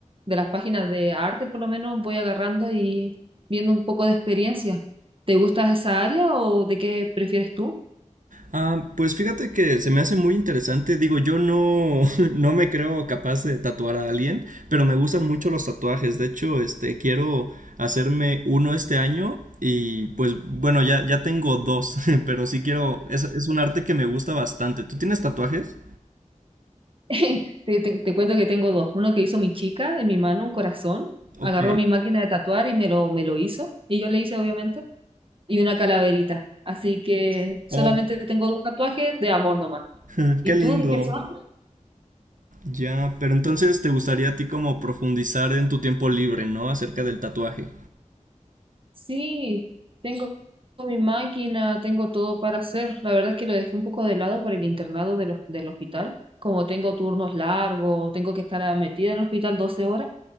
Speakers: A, on the right; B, on the right.
A: De las páginas de arte, por lo menos, voy agarrando y viendo un poco de experiencia. ¿Te gusta esa área o de qué prefieres tú?
B: Ah, pues fíjate que se me hace muy interesante, digo, yo no, <laughs> no me creo capaz de tatuar a alguien, pero me gustan mucho los tatuajes, de hecho, este, quiero hacerme uno este año y pues bueno, ya, ya tengo dos, <laughs> pero sí quiero, es, es un arte que me gusta bastante. ¿Tú tienes tatuajes?
A: <laughs> Te, te- te cuento que tengo dos. Uno que hizo mi chica en mi mano, un corazón.
B: Ok.
A: Agarró mi máquina de tatuar y me lo, me lo hizo. Y yo le hice, obviamente. Y una calaverita. Así que solamente
B: Oh,
A: tengo dos tatuajes de amor nomás.
B: <laughs>
A: ¿Y
B: qué
A: tú
B: lindo.
A: de qué son?
B: Ya, pero entonces te gustaría a ti como profundizar en tu tiempo libre, ¿no? Acerca del tatuaje.
A: Sí, tengo mi máquina, tengo todo para hacer. La verdad es que lo dejé un poco de lado por el internado de los del hospital. Como tengo turnos largos, tengo que estar ah, metida en el hospital 12 horas.